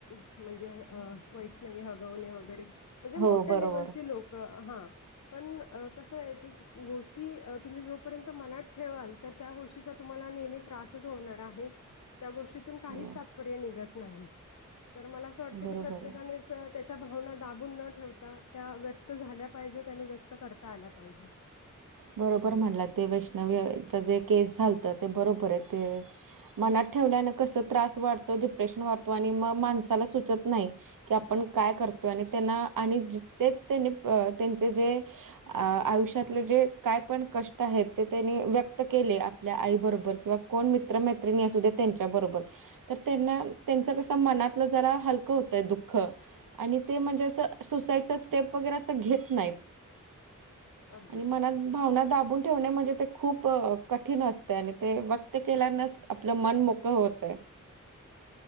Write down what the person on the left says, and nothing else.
म्हणजे वैष्णवी हगवणे वगैरे म्हणजे मोठ्या
लेव्हलची लोक हा पण, अ कसं आहे की? गोष्टी तुम्ही जोपर्यंत मनात ठेवाल, तर त्या गोष्टीचा तुम्हाला नेहमी त्रासच होणार आहे, त्या गोष्टीतून काहीच
तात्पर्य निघत नाही. तर मला असं वाटतं
की प्रत्येकाने,
च त्याच्या भावना दाबून न ठेवता त्या व्यक्त झाल्या पाहिजेत आणि व्यक्त करता आल्या पाहिजेत.
बोला
अगदीच
अगदीच